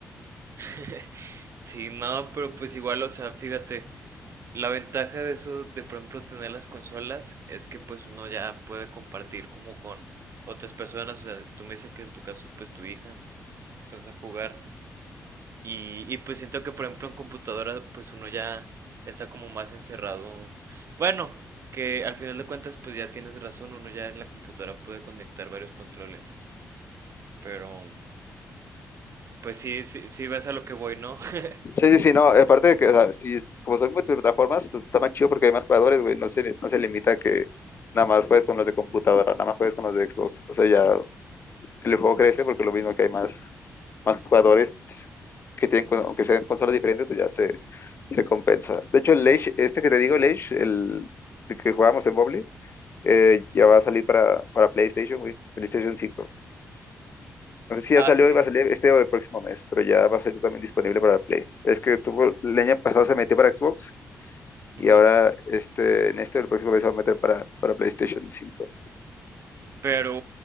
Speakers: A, on the right; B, on the left.
A: <laughs> Sí, no, pero pues igual, o sea, fíjate, la ventaja de eso, de por ejemplo tener las consolas, es que pues uno ya puede compartir como con otras personas, o sea, tú me dices que en tu caso pues tu hija, te pones a jugar, Y, y pues siento que, por ejemplo, en computadora, pues uno ya está como más encerrado. Bueno, que al final de cuentas, pues ya tienes razón, uno ya en la computadora puede conectar varios controles. Pero, pues sí, sí, sí ves a lo que voy, ¿no? <laughs>
B: Sí, sí, sí, no. Aparte de que, o sea, si es, como son multiplataformas, pues está más chido porque hay más jugadores, güey. No se, no se limita a que nada más juegues con los de computadora, nada más juegues con los de Xbox. O sea, ya el juego crece porque lo mismo que hay más, más jugadores que tienen, con- aunque sean consolas diferentes, pues ya se, Se compensa. De hecho, el Age, este que te digo, el Age, el que jugábamos en Mobile, eh, ya va a salir para, para PlayStation, güey. PlayStation cinco No sé si
A: Ah,
B: ya salió
A: sí.
B: y va a salir este o el próximo mes, pero ya va a salir también disponible para Play. Es que tuvo, el año pasado se metió para Xbox
A: Ujú.
B: y ahora este, en este o el próximo mes se va a meter para, para PlayStation cinco
A: Pero,